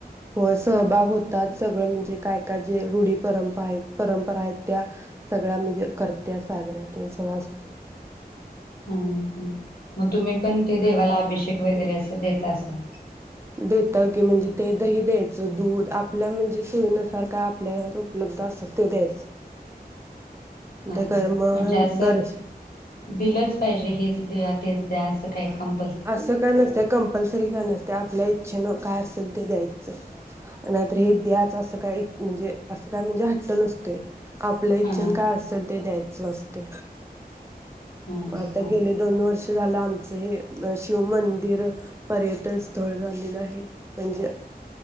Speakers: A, on the right; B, on the left.
A: होय सहभाग होतात सगळं म्हणजे काय काय जे रूढी परंप आहेत परंपरा आहेत त्या सगळ्या म्हणजे करत्या साजऱ्या त सगळं असतय.
B: हा ह मग तुम्ही पण ते देवाला अभिषेक वगैरे असं देत असाल
A: देताव की म्हणजे ते दही द्यायचं दूध आपल्या म्हणजे सोयी नुसार आपल्या घरात उपलब्ध असत द्यायचं.
B: हा
A: त्या काय मग
B: म्हणजे असं
A: दर्श
B: दिलंच पाहिजे हेच तेच त्या असं काही काम
A: असं काय नसतय कंपल्सरी काय नसतय आपल्या ई ते नवं काय असल ते द्यायच नाहीतर, हे द्याच असं काय म्हणजे असं काय म्हणजे हट्ट नसतोय. आपल्या इच्छन
B: हा
A: काय असेल ते द्यायचं असत. ते
B: हा
A: मग आता
B: हा
A: गेले दोन वर्ष झालं आमचं हे! अ शिव मंदिर पर्यटन स्थळ झालेलं आहे, म्हणजे